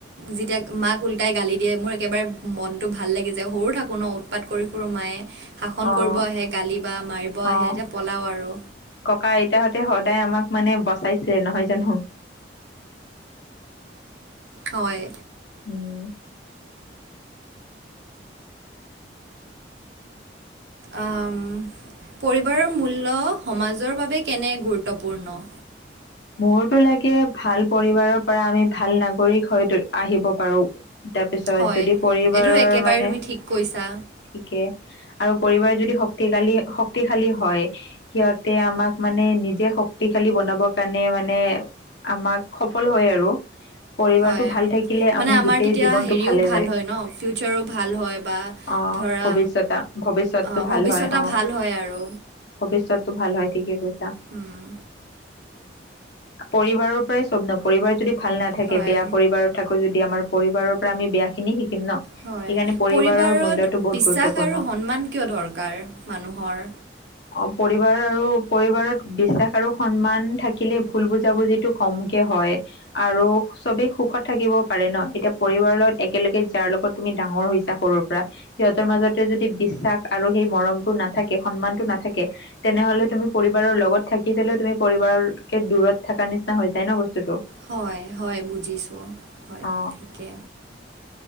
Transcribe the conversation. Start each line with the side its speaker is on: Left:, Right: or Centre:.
Right: যেতিয়া মাক উল্টাই গালি দিয়ে মোৰ একেবাৰে মনটো ভাল লাগি যায় সৰু থাকোঁ ন! উৎপাত কৰি ফুৰোঁ মায়ে শাসন
Left: অ',
Right: কৰিব আহে গালি বা মাৰিব
Left: অ',
Right: আহে তেতিয়া পলাও আৰু
Left: ককা আইতাহঁতে সদায় আমাক মানে বচাইছে নহয় জানো!
Right: হয়
Left: উম
Right: আম, পৰিবাৰ মূল্য সমাজৰ বাবে কেনে গুৰুত্বপূৰ্ণ?
Left: মোৰতো লাগে ভাল পৰিবাৰৰ পৰা আমি ভাল নাগৰিক হৈ তু, আহিব পাৰোঁ। তাৰপিছত
Right: হয়
Left: যদি পৰিবাৰৰ
Right: এইটো একেবাৰে
Left: মানে,
Right: তুমি ঠিক কৈছা
Left: ঠিকে আৰু পৰিবাৰ যদি শক্তিকালী, শক্তিশালী হয় সিহঁতে আমাক মানে নিজে শক্তিশালী বনাব <unintelligible> মানে আমাক সফল হয় আৰু পৰিবাৰটো
Right: হয়
Left: ভাল থাকিলে
Right: মানে
Left: আমি
Right: আমাৰ
Left: গোটেই
Right: তেতিয়া
Left: জীৱনটো
Right: হেৰিও
Left: ভালে
Right: ভাল
Left: যায়।
Right: হয় ন ফিউচাৰো ভাল হয় বা
Left: অ',
Right: ধৰা
Left: ভৱিষ্যতা ভৱিষ্যতটো
Right: আ,
Left: ভাল
Right: ভৱিষ্যতা
Left: হয় অ'।
Right: ভাল হয় আৰু
Left: ভৱিষ্যতটো ভাল হয়, ঠিকে কৈছা।
Right: উম,
Left: পৰিবাৰৰ পৰাই চব ন' পৰিবাৰ যদি ভাল নাথাকে,
Right: হয়
Left: বেয়া পৰিবাৰত থাকো যদি আমাৰ পৰিবাৰৰ পৰা আমি বেয়াখিনি শিকিম ন'। সেইকাৰণে
Right: হয়,
Left: পৰিবাৰৰ
Right: পৰিবাৰত
Left: মূল্যটো বহুত
Right: বিশ্বাস
Left: গুৰুত্বপূৰ্ণ
Right: আৰু সন্মান কিয় দৰকাৰ মানুহৰ?
Left: অ' পৰিবাৰ আৰু পৰিবাৰত বিশ্বাস আৰু সন্মান থাক কিলে ভুল বুজাবুজিটো কমকে হয়। আৰু চবেই সুখত থাকিব পাৰে ন' এতিয়া পৰিবাৰৰ লগত একেলগে যাৰ লগত তুমি ডাঙৰ হৈছা সৰুৰ পৰা সিহঁতৰ মাজতে যদি বিশ্বাস আৰু সেই মৰমটো নাথাকে, সন্মানটো নাথাকে তেনেহ'লে তুমি পৰিবাৰৰ লগত থাকি পেলাইও তুমি পৰিবাৰ কে দূৰত থাকা নিচিনা হৈ যায় ন' বস্তুটো।
Right: হয়, হয় বুজিছোঁ, হয়
Left: অ
Right: ঠিকে।